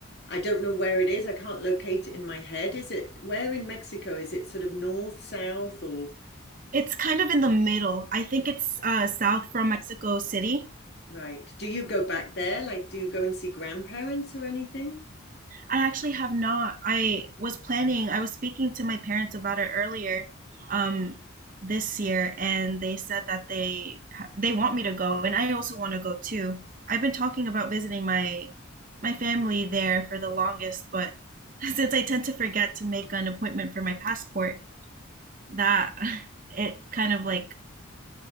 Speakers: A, on the left (about 50°); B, on the right (about 40°).
A: I don't know where it is. I can't locate it in my head. Is it where in Mexico? Is it sort of north, south, or
B: It's kind of in the middle. I think it's uh, south from Mexico City.
A: right? Do you go back there? Like, do you go and see grandparents or anything?
B: I actually have not. I was planning, I was speaking to my parents about it earlier um, this year, and they said that they ha- they want me to go, and I also want to go too. I've been talking about visiting my my family there for the longest, but <laughs> since I tend to forget to make an appointment for my passport, that <laughs> it kind of like